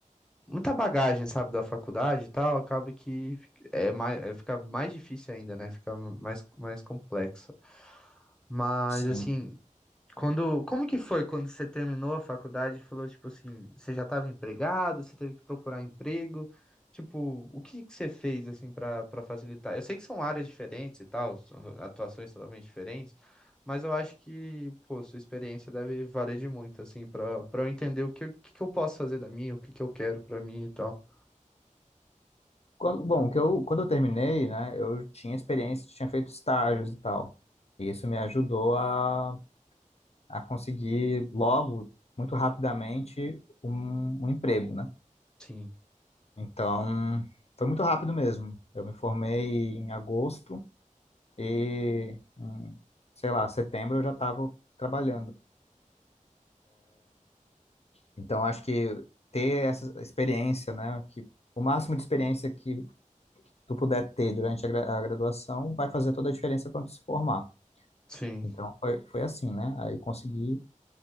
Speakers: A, in the centre; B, on the left.
A: muita bagagem, sabe, da faculdade e tal, acaba que é mais, é, fica mais difícil ainda, né? Fica mais, mais complexo. Mas,
B: Sim.
A: assim, quando, como que foi quando você terminou a faculdade e falou, tipo assim, você já estava empregado, você teve que procurar emprego? Tipo, o que que você fez, assim, para para facilitar? Eu sei que são áreas diferentes e tal, são atuações totalmente diferentes, mas eu acho que, pô, sua experiência deve valer de muito, assim, para para eu entender o que, o que que eu posso fazer da minha, o que que eu quero pra mim e tal.
B: Quando, bom, que eu, quando eu terminei, né, eu tinha experiência, tinha feito estágios e tal. E isso me ajudou a, a conseguir logo, muito rapidamente, um, um emprego, né?
A: Sim,
B: Então, foi muito rápido mesmo. Eu me formei em agosto E, hum, sei lá, setembro eu já estava trabalhando. Então, acho que ter essa experiência, né, que o máximo de experiência que tu puder ter durante a, gra- a graduação vai fazer toda a diferença quando tu se formar.
A: sim.
B: Então, foi, foi assim, né? Aí consegui